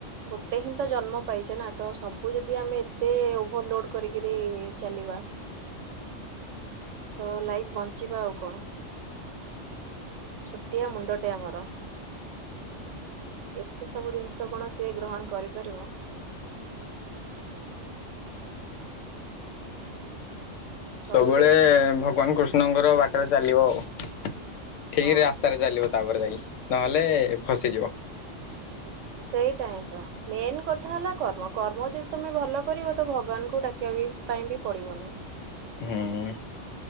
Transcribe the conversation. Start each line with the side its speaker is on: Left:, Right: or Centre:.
Right: ଗୋଟେ ହିଁ ତ ଜନ୍ମ ପାଇଚେ ନା ତ ସବୁ ଯଦି ଆମେ ଏତେ ଓଭୋରଲୋଡ଼ କରିକରି ଚାଲିବା। ତ ଲାଇଫ ବଞ୍ଚିବା ଆଉ କଣ। ଛୁଟିଆ ମୁଣ୍ଡଟେ ଆମର ଏତେ ସବୁ ଦିନ୍ସ କଣ ସିଏ ଗ୍ରହଣ କରିପାରିବ।
Left: ସବୁବୋଳେ
Right: ସବୁଦିନ
Left: ଭଗବାନ କୃଷ୍ଣଙ୍କର ବାଟରେ ଚାଲିବ ଆଉ ଠିକି
Right: ହଁ।
Left: ରାସ୍ତାରେ ଚାଲିବ। ତାପରେ ଯାଇ ନହେଲେ ଫସିଯିବ।
Right: ସେଇଟା ହିଁ ତ ମେନ୍ କଥା ହେଲା କର୍ମ କର୍ମ ଯଦି ତମେ ଭଲ କରିବ ତ ଭଗବାନଙ୍କୁ ଡାକିବା ପାଇଁ ବି ପଡିବନି।
Left: ହୁଁ।